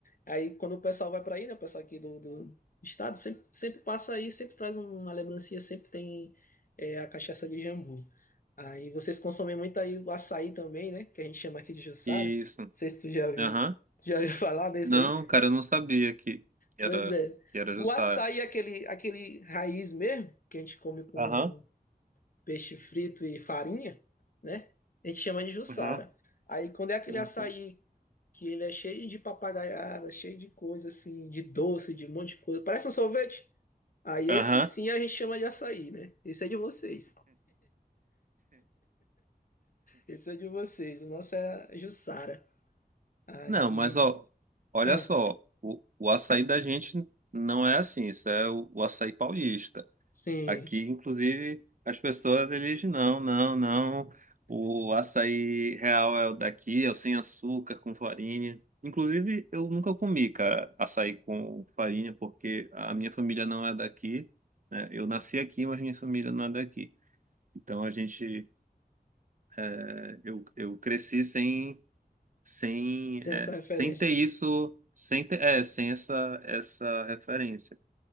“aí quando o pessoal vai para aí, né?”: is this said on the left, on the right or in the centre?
Left